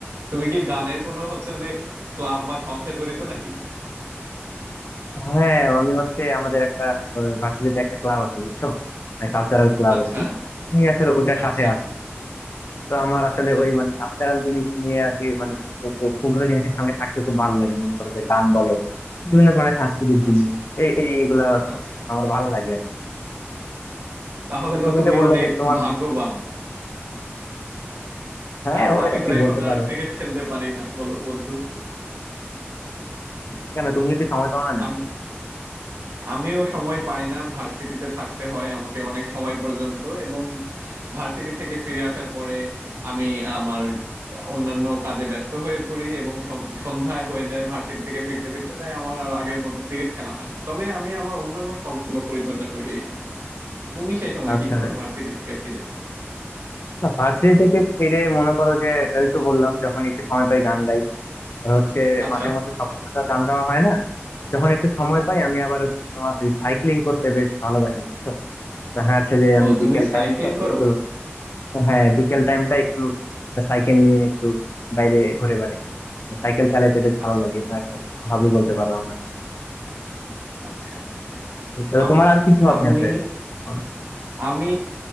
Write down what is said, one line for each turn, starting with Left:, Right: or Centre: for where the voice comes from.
Right: তুমি কি গানের কোনো হচ্ছে যে ক্লাব বা সংঘে জড়িত নাকি
Left: হ্যাঁ আমি হচ্ছে আমাদের একটা ভার্সিটিতে একটা ক্লাব আছে বুঝছো কালচারাল ক্লাব
Right: আচ্ছা
Left: আর কি আমি আসলে ওইটার
Right: আচ্ছা
Left: সাথে আছি তো আমার আসলে
Right: আচ্ছা
Left: ওই মানে কালচারাল জিনিস নিয়ে আর কি মানে ও- ও- ওগুলো জিনিসের সঙ্গে থাকতে খুব ভালো লাগে মনে করো যে গান বলো বিভিন্ন ধরনের সাংস্কৃতিক
Right: আচ্ছা
Left: জিনিস এই এই- এইগুলা
Right: আচ্ছা
Left: আমার ভালো লাগে আর কি
Right: তাহলে
Left: তো
Right: তো
Left: তুমি
Right: তুমি
Left: যে বললো
Right: অনেক
Left: যে তোমার
Right: ভাগ্যবান
Left: হ্যাঁ
Right: কারণ
Left: ও
Right: আমি
Left: আর
Right: তো
Left: কি
Right: এখন
Left: বলতে
Right: আর
Left: পারো
Right: ক্রিকেট খেলতে পারি না বলো বন্ধু
Left: কেন তুমি কি সময় পাও না নাকি
Right: আমি আমিও সময় পাই না ভার্সিটিতে থাকতে হয় আমাকে অনেক সময় পর্যন্ত এবং ভার্সিটি থেকে ফিরে আসার পরে আমি আমার অন্যান্য কাজে ব্যস্ত হয়ে পড়ি এবং সম- সন্ধ্যায় হয়ে যায় ভার্সিটি থেকে ফিরতে ফিরতে তাই আমার আর আগের মতো ক্রিকেট খেলা হয় না তবে আমি আমার অন্যান্য শখগুলো পরিচর্যা করি এই সময় তুমি সে সময়
Left: আচ্ছা
Right: কি করো ভার্সিটি থেকে ফিরে
Left: না ভার্সিটি থেকে ফিরে মনে করো যে এই তো বললাম যখন একটু সময় পাই গান গাই আর হচ্ছে
Right: আচ্ছা
Left: মাঝে মধ্যে সবসময় তো আর গান গাওয়া হয় না যখন একটু সময় পাই আমি আবার হচ্ছে তোমার ওই সাইক্লিং করতে বেশ ভালোবাসি বুঝছো দেখা যাচ্ছে যে আমি
Right: ও তুমি
Left: বিকেল
Right: সাইক্লিং
Left: টাইমটা
Right: করো
Left: একটু হ্যাঁ বিকেল টাইমটা একটু সাইকেল নিয়ে একটু বাইরে ঘুরে বেড়াই সাইকেল চালাইতে বেশ ভালো
Right: আচ্ছা
Left: লাগে এটা একটা হবি বলতে পারো আমার
Right: আচ্ছা
Left: বুঝছো তো
Right: আমি
Left: তোমার আর কি কি হবি
Right: আমি
Left: আছে বলো।
Right: আমি